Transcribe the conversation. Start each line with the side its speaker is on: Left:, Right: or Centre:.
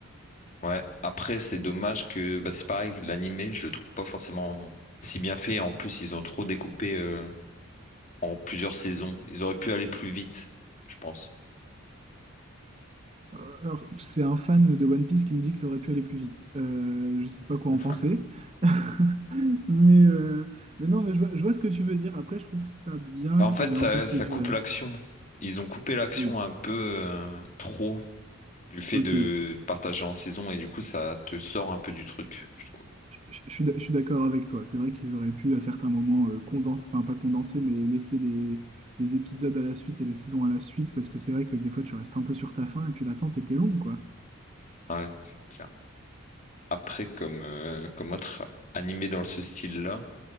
Left: Ouais, après, c'est dommage que, bah, c'est pareil, l'animé, je le trouve pas forcément si bien fait. En plus, ils ont trop découpé. euh, en plusieurs saisons. Ils auraient pu aller plus vite, je pense.
Right: Euh, alors, c'est un fan de One Piece qui me dit que ça aurait pu aller plus vite. Euh, je sais pas quoi
Left: <laughs>
Right: en penser. <laughs> Mais, euh, mais non, mais je vois, je vois ce que tu veux dire. Après, je trouve ça bien
Left: Bah, En
Right: qu'ils
Left: fait,
Right: aient
Left: ça,
Right: un peu fait
Left: ça
Right: durer.
Left: coupe l'action. Ils ont coupé l'action
Right: Oui,
Left: un peu euh, trop du fait
Right: ok.
Left: de partager en saison et du coup, ça te sort un peu du truc, je trouve.
Right: Je je suis d'ac- je suis d'accord avec toi. C'est vrai qu'ils auraient pu à certains moments euh, condenser, enfin pas condenser, mais laisser les, les épisodes à la suite et les saisons à la suite, parce que c'est vrai que des fois tu restes un peu sur ta faim et puis l'attente était longue, quoi.
Left: Ouais, c'est clair. Après, comme, euh, comme autre animé dans ce style-là,